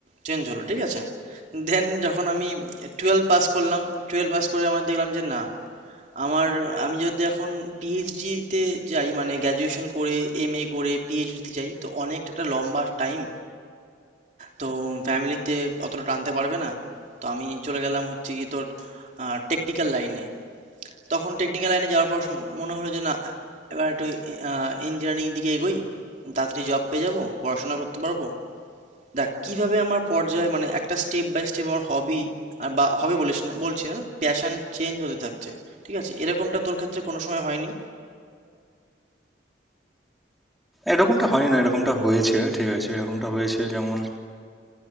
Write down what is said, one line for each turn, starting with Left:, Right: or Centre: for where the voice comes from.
Right: চেঞ্জ হলো ঠিক আছে দেন যখন আমি টুয়েলভ পাস করলাম টুয়েলভ পাস করে আমার দেখলাম যে না আমার আমি যদি এখন পিএইচডিতে যাই মানে গ্র্যাজুয়েশন করে এমএ করে পিএইচডিতে যাই তো অনেকটা একটা লম্বা টাইম তো ফ্যামিলিতে অতটা টানতে পারবে না তো আমি চলে গেলাম হচ্ছে কি তোর টেকনিক্যাল লাইনে তখন টেকনিক্যাল লাইনে যাওয়ার পর সম- মনে হলো যে না এবার একটু ইঞ্জিনিয়ারিং দিকে এগোই তাড়াতাড়ি জব পেয়ে যাবো পড়াশোনা করতে পারবো দেখ কিভাবে আমার পর্যায়ে মানে একটা স্টেপ বাই স্টেপ আমার হবি আর বা হবে বলিস না বলছি না প্যাশন চেঞ্জ হতে থাকছে ঠিক আছে এরকমটা তোর ক্ষেত্রে কোনো সময় হয়নি
Centre: এরকমটা হয় না এরকমটা হয়েছে ঠিক আছে এরকমটা হয়েছে যেমন